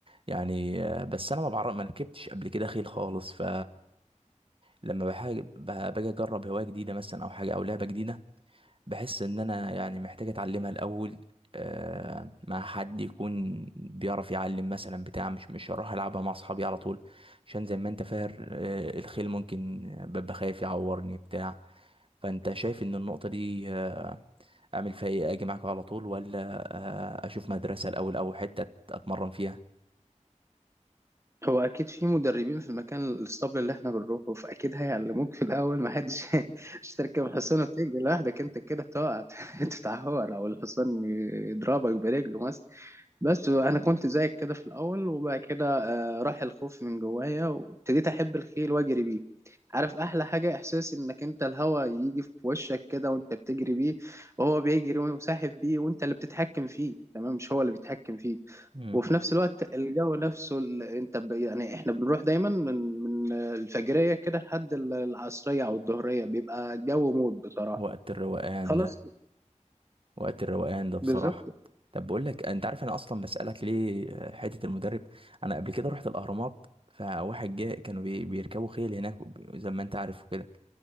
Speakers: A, on the right (about 45°); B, on the right (about 20°).
A: يعني آه، بس انا ما بعرف ما ركبتش قبل كده خيل خالص ف لما بحاج- ب- باجي اجرب هوايه جديده مثلا او حاجه او لعبه جديده بحس ان انا يعني محتاج اتعلمها الاول آه، مع حد يكون بيعرف يعلم مثلا بتاع مش مش هروح العبها مع اصحابي على طول عشان زي ما انت فاهم آه، الخيل ممكن ببقى خايف يعورني بتاع فانت شايف ان النقطه دي آه، اعمل فيها ايه اجي معاكم على طول ولا آه، اشوف مدرسة الاول او حتة اتمرن فيها
B: هو اكيد في مدربين في المكان الاسطبل اللي احنا بنروحه فاكيد هيعلموك في الاول ما حدش <laughs> مش تركب الحصان وتجري لوحدك انت كده تقع <laughs> تتعور او الحصان يضربك برجله مثلا بس انا كنت زيك كده في الاول وبعد كده آه، راح الخوف من جوايا وابتديت احب الخيل واجري بيه عارف احلى حاجه احساس انك انت الهوا يجي في وشك كده وانت بتجري بيه وهو بيجري وساحب بيه وانت اللي بتتحكم فيه تمام مش هو اللي بيتحكم فيك
A: مم.
B: وفي نفس الوقت الجو نفسه ال- انت ب... يعني احنا بنروح دايما من من الفجريه كده لحد ال- العصريه او الظهريه بيبقى الجو موت بصراحه
A: وقت الروقان
B: خلاص
A: ده وقت الروقان ده بصراحة
B: بالظبط
A: طب بقول لك انت عارف انا اصلا بسألك ليه حتة المدرب انا قبل كده رحت الاهرامات فواحد جاء كانوا بي- بيركبوا خيل هناك وب- زي ما انت عارف وكده